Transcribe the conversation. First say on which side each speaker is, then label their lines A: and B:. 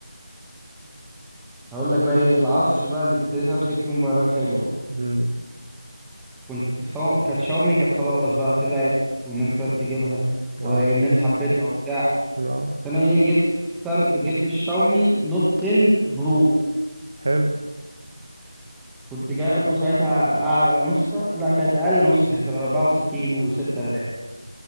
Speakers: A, in the centre; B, on the right.
A: هقول لك بقى ايه العصر بقى اللي ابتديت امسك فيه موبايلات حلوه بقى
B: امم
A: كنت صو... كانت شاومي كانت خلاص بقى طلعت والناس ابتدت تجيبها والناس
B: اه
A: حبتها وبتاع
B: اه
A: فانا ايه جبت السام... جبت الشاومي نوت 10 برو
B: حلو
A: كنت جايبه ساعتها اعلى نسخه لا كانت اقل نسخه كانت 64 و6000